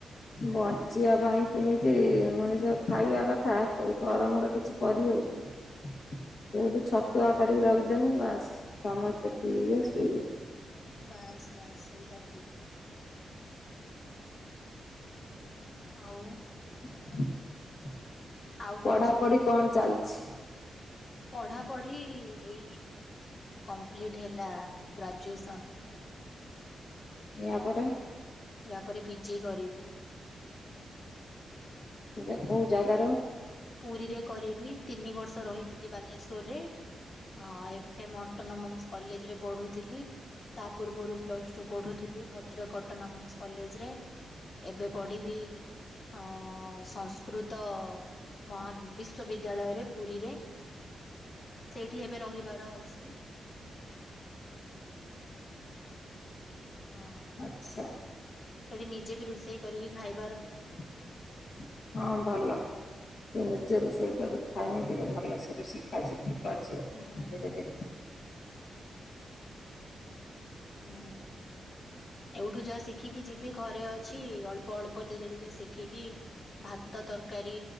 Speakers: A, on the left (about 60°); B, on the left (about 40°).
A: ବଞ୍ଚିବା ପାଇଁ କେମିତି ମଣିଷ ଖାଇବା କ ଗରମରେ କିଛି କରି ହଉନି। <inaudible> ବହୁତୁ ଛତୁଆ କରିକି ରଖିଦେମି ବାସ ସମସ୍ତେ ପିଇବେ ଶୋଇବେ।
B: ବାସ୍ ବାସ୍ ସେଇଟା ଠିକ। ଆଉ
A: <inaudible>
B: ଆଉ କଣ
A: ପଢାପଢ଼ି କଣ ଚାଲିଛି।
B: ପଢାପଢି ଏଇ କମ୍ପ୍ଲିଟ ହେଲା ଗ୍ରାଜୁଏସନ।
A: ୟା ପରେ
B: ୟା ପରେ ପିଜି କରିବି।
A: <inaudible> ସେଟା କୋଉ ଜାଗାର
B: ପୁରୀରେ କରିବି ତିନି ବର୍ଷ ରହିଥିଲି ବାଲେଶ୍ଵରରେ ହଁ ଏଫେ ମ ଅଟୋନମନ୍ସ କଲେଜ ରେ ପଢୁଥିଲି। ତା ପୂର୍ବରୁ ପ୍ଲସ ଟୁ ପଢୁଥିଲି ଭଦ୍ରକ ଅଟନମନ୍ସ କଲେଜ ରେ ଏବେ ପଢିବି ଅଁ ସଂସ୍କୃତ ମହା ବିଶ୍ଵବିଦ୍ୟାଳୟରେ ପୁରୀରେ <inaudible> ସେଇଠି ଏବେ ରହିବାର ଅଛି। ହଁ।
A: <inaudible> ଆଚ୍ଛା।
B: ସେଠି ନିଜେ ବି ରୋଷେଇ କରିକି ଖାଇ
A: <inaudible> ହଁ ଭଲ ସେ
B: ହୁଁ
A: ନିଜେ ରୋଷେଇ କରି ଧାରଣା ଦ ଭଲସେ ସବୁ <unintelligible>
B: ହୁଁ
A: ଧୀରେ ଧୀରେ
B: ହୁଁ। ଏଇଠୁ ଯାହା ଶିଖିକି ଯିବି ଘରେ ଅଛି ଅଳ୍ପ ଅଳ୍ପ ଅଳ୍ପ ଧୀରେ ଧୀରେ ଶିଖ ରଖିକି ଭାତ ତର କାରି